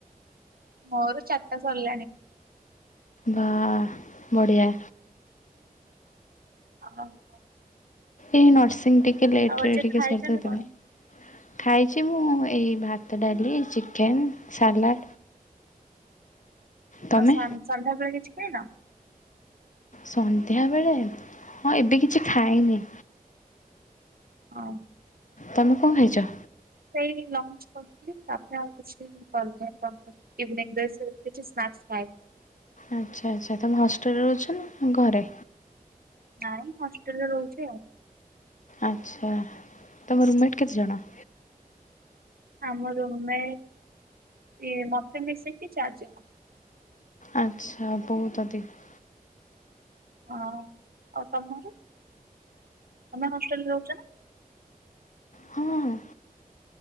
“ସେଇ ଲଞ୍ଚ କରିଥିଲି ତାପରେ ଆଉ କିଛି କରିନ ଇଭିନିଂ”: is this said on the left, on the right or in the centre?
Right